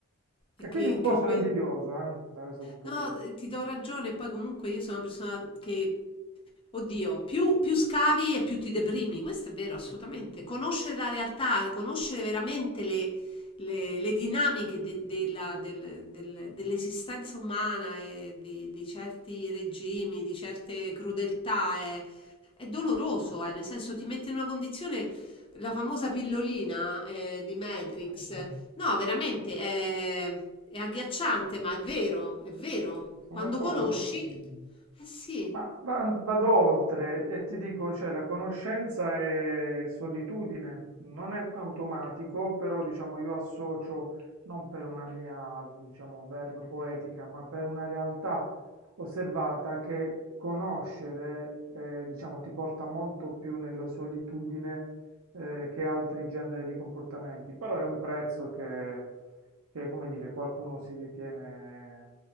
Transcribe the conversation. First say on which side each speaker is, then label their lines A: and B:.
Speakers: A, on the right; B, on the left.
A: E
B: E
A: quindi
B: che,
A: un po'
B: che
A: sono
B: que-
A: invidioso, eh, da questo punto
B: No,
A: di vista.
B: eh, ti do ragione, poi comunque io sono una persona che, oddio, più, più scavi e più ti deprimi, questo è vero, assolutamente. Conoscere la realtà, conoscere veramente le, le- le dinamiche de- della- del- del- dell'esistenza umana e di, di certi regimi, di certe crudeltà è, è doloroso, eh, nel senso ti mette in una condizione, la famosa pillolina eh, di Matrix. No, veramente è, è agghiacciante, ma è vero, è vero.
A: Sono
B: Quando
A: d'accordo.
B: conosci, Conosci? fine. eh sì,
A: Ma va- vado oltre e ti dico, cioè, la conoscenza è solitudine, non è automatico, però diciamo io associo non per una mia, diciamo, verve poetica, ma per una realtà osservata che conoscere, eh, diciamo, ti porta molto più nella solitudine, eh, che altri generi di comportamenti, però è un prezzo che, che, come dire, qualcuno si ritiene